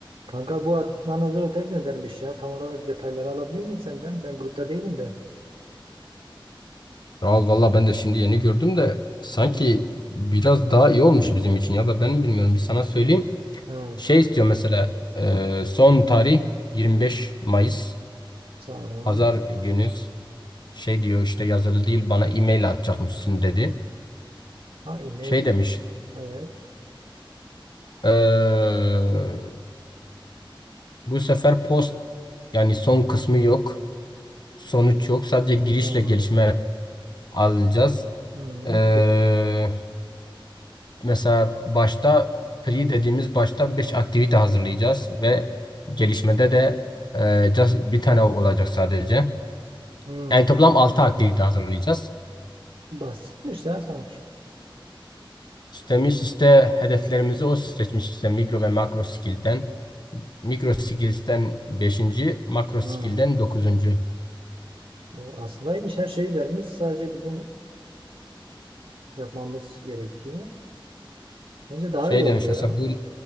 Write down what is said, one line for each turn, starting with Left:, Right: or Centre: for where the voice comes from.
Right: Kanka bu Adnan Hoca ödev göndermiş ya. Tam olarak detayları alabilir miyim senden? Ben grupta değilim de.
Left: Kral valla ben de şimdi yeni gördüm de sanki
Right: Hı,
Left: biraz daha iyi olmuş bizim için ya da ben mi bilmiyorum bir sana söyleyeyim.
Right: hı,
Left: Şey istiyor mesela e, son tarih 25 Mayıs
Right: tamam.
Left: pazar günü şey diyor işte yazılı değil bana e-mail atacakmışsın dedi.
Right: Ha e-mail.
Left: Şey demiş
Right: Evet
Left: e, bu sefer post yani son kısmı yok sonuç yok sadece girişle
Right: tamam.
Left: gelişme alacağız.
Right: Hı,
Left: E,
Right: gir,
Left: mesela başta pre dediğimiz başta 5 aktivite hazırlayacağız ve gelişmede de e, just bir tane olacak sadece.
Right: hı.
Left: Yani toplam 6 aktivite hazırlayacağız.
Right: Basitmiş ya sanki.
Left: İstemiş işte hedeflerimizi o seçmiş işte mikro ve makro skill'den. Mikro skills'ten beşinci, makro
Right: Hı.
Left: skill'den dokuzuncu.
Right: O aslındaymış her şeyi vermiş. Sadece bizim yapmamız gerekiyor. Bence daha
Left: Şey
Right: iyi oldu
Left: demiş
Right: ya.
Left: mesela bu